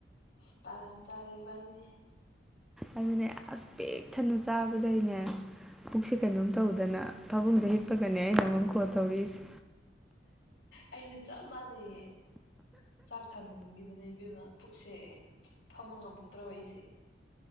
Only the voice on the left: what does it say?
ꯏꯁ ꯇꯥꯟ ꯌꯥꯝ ꯆꯌ‌ꯦ ꯏꯕꯥꯟꯅꯤ
ꯑꯩꯁꯨ ꯆꯞ ꯃꯥꯟꯅꯩꯌꯦ ꯆꯥꯛ ꯊꯥꯟꯃꯟꯒꯤꯗꯅ ꯏꯕꯦꯃꯃꯥ ꯄꯨꯛꯁꯦ ꯐꯝꯕ ꯉꯝꯃꯛꯇ꯭ꯔꯕ ꯑꯩꯁꯦ